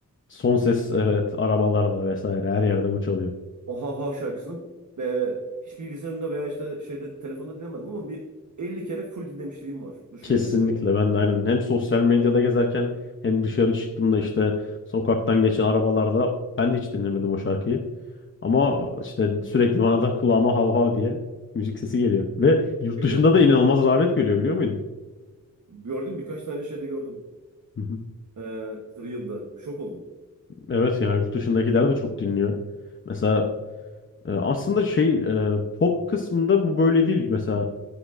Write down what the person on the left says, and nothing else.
Son ses evet arabalarda vesaire her yerde bu çalıyor.
Kesinlikle
ben de aynen hem sosyal medyada gezerken hem dışarı çıktığımda işte sokaktan geçen arabalarda ben de hiç dinlemedim o şarkıyı. Ama işte sürekli bana da kulağıma hav hav diye müzik sesi geliyor. Ve yurt
dışında da inanılmaz rağbet görüyor biliyor muydun?
Hı hı.
Evet ya yurt dışındakiler de çok dinliyor. Mesela e, aslında şey e, pop kısmında bu böyle değil. Mesela